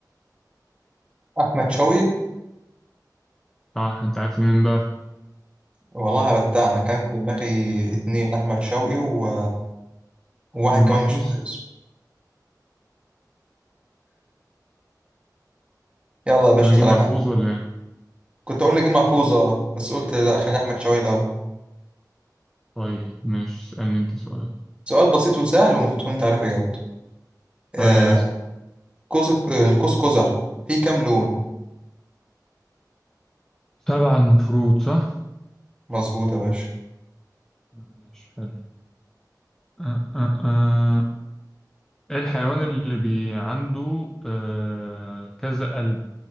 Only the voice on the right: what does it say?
أحمد شوقي
والله هبتها أنا كان في دماغي اتنين أحمد شوقي و... وواحد
كمان
مش فاكر اسمه يلا يا باشا
أسألك
عنه
كنت أقول نجيب محفوظ اه بس قلت لا خلي أحمد شوقي الأول
سؤال بسيط وسهل ومفروض كنت عارف إجابته آه،
قوس القوس قزح فيه كام لون
مظبوط يا باشا